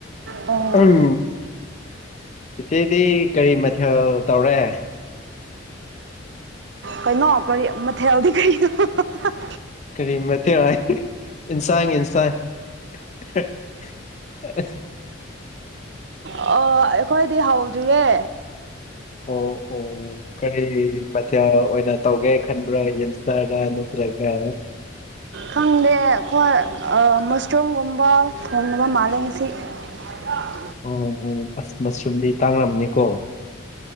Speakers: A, on the right (about 60°); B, on the left (about 35°).
A: ꯑꯣ
B: ꯑꯥꯝ ꯆꯤꯆꯦꯗꯤ ꯀꯔꯤ ꯃꯊꯦꯜ ꯇꯧꯔꯦ
A: ꯀꯩꯅꯣ ꯀꯔꯤ ꯃꯊꯦꯜꯗꯤ ꯀꯅꯣ ꯍ ꯍ ꯍ <inaudible>
B: ꯀꯔꯤꯃꯊꯦꯜ ꯍꯥꯏꯗꯤ ꯏꯟꯁꯥꯡ ꯏꯟꯁꯥꯡ <unintelligible>
A: ꯑꯣ ꯑꯩꯈꯣꯏꯗꯤ ꯍꯧꯗ꯭ꯔꯤꯌꯦ
B: ꯑꯣ ꯑꯣ ꯑꯣ ꯀꯔꯤ ꯃꯊꯦꯜ ꯑꯣꯏꯅ ꯇꯧꯒꯦ ꯈꯟꯕ꯭ꯔꯥ ꯌꯦꯟꯁꯔꯥ ꯅꯠꯇ꯭ꯔꯒ
A: ꯈꯪꯗꯦ ꯑꯩꯈꯣꯏ ꯑꯥ ꯃꯁꯔꯨꯝꯒꯨꯝꯕ ꯊꯣꯡꯂꯕ ꯃꯥꯂꯦ ꯉꯁꯤ <inaudible> <unintelligible>
B: ꯑꯣ ꯑꯣ ꯑꯁ ꯃꯁꯔꯨꯝꯗꯤ ꯇꯥꯡꯔꯝꯅꯤꯀꯣ